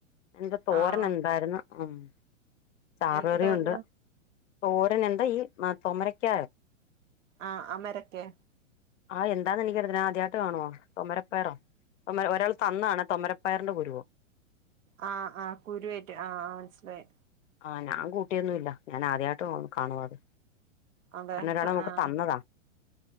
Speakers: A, on the left (about 70°); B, on the right (about 80°).
A: എന്റെ തോരൻ
B: ആഹ്
A: എന്തായിരുന്നു ഉം ചാറ്
B: എന്ത്
A: കറിഉണ്ട്
B: തോരനാ
A: തോരൻ എന്താ ഈ തൊമരക്ക
B: ആ അമരക്കെ
A: ആ എന്താന്ന് അറിയത്തി ഞാ ആദ്യാ ട്ട് കാണുവോ തൊമരപ്പയറോ ഒരാൾ തന്നാണ് തൊമരപ്പറിന്റെ പു
B: ആ ആ കുരുവേറ്റ് ആ മനസ്സിലായി
A: ആഹ് ഞാൻ കൂട്ടിയൊന്നും ഇല്ല ഞാൻ ആദ്യമായിട്ട് കാണുവാത്
B: അതെ
A: അന്നെരാള്
B: ആഹ്
A: നമക്ക
B: ആഹ്
A: തന്നതാ